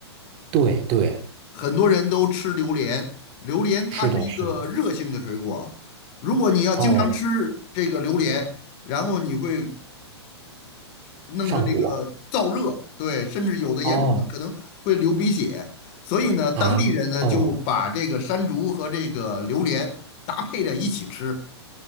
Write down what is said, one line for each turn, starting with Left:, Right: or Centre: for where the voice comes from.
Right: 对对，
Left: 很多人都吃榴莲，榴莲它是一个热性的水果儿如果你要经常吃这个榴莲，
Right: 是的，是的。哦，
Left: 然后你会弄得这个燥热，
Right: 上火。
Left: 对，甚至有的严重的可能会流鼻血，
Right: 哦
Left: 所以呢，当地人呢就把这个山竹和这个榴莲搭配着一起吃，
Right: 啊，哦